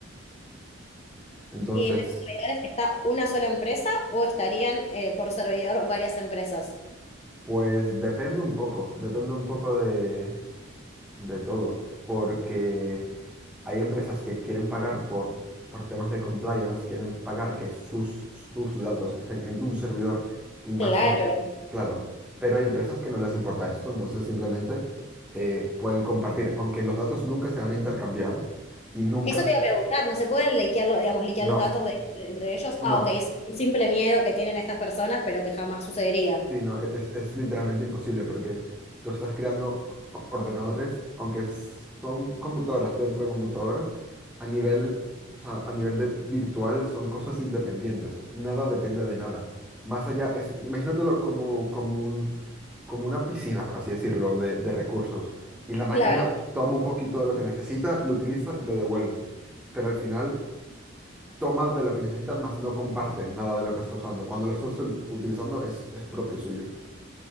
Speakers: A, in the centre; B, on the left (about 30°).
A: Entonces,
B: ¿Y en esos servidores está una sola empresa o estarían eh, por servidor varias empresas?
A: pues depende un poco, depende un poco de, de todo, porque hay empresas que quieren pagar por, por temas de compliance, quieren pagar que sus, sus datos estén en un servidor y más,
B: Claro.
A: n- claro, pero hay empresas que no les importa esto, entonces simplemente eh, pueden compartir, aunque los datos nunca se van a intercambiar y nunca
B: Eso te iba a preguntar, ¿no se pueden liquear los, digamos, liquear
A: No,
B: los datos de, de- de ellos?
A: no,
B: Ah, ok, es un simple miedo que tienen estas personas, pero que jamás sucedería.
A: sí, no, es, es- es literalmente imposible porque tú estás creando o- ordenadores, aunque s- son computadoras dentro de computadoras, a nivel, o sea, a nivel de virtual son cosas independientes, nada depende de nada. Más allá, es, imagínatelo como, como un, como una piscina, por así decirlo, de, de recursos. Y la máquina
B: Claro.
A: toma un poquito de lo que necesita, lo utiliza y lo devuelve. Pero al final toma de lo que necesita, más no comparte nada de lo que está usando. Cuando lo está ustu- utilizando es, es propio suyo.